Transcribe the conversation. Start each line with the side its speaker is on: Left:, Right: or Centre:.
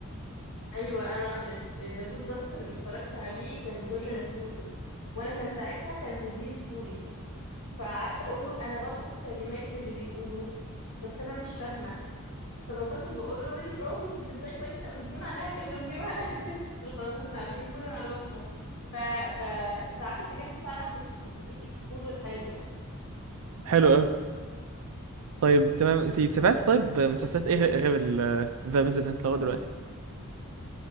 Left: ايوه انا ذا جود دكتور اللي اتفرجت عليه كان فيرجن كوري وانا كان ساعتها كان مديري كوري فقعدت اقول له انا بلقط كلمات من اللي بيقولوه بس انا مش فاهمه فكنت بقول له ويلي برافو انت بتنطقي كويس قوي دي معناها كذا ودي معناها <laughs> كذا قلت له خلاص انت تعلمني كوري وانا علمك مصر ف... فساعات الحاجات دي فعلا بت... بتديك اكسبوجر حلو يعني
Right: حلو قوي طيب تمام انت تابعت طيب مسلسلات ايه غير غير ال ذا فيزيتنت لغايه دلوقتي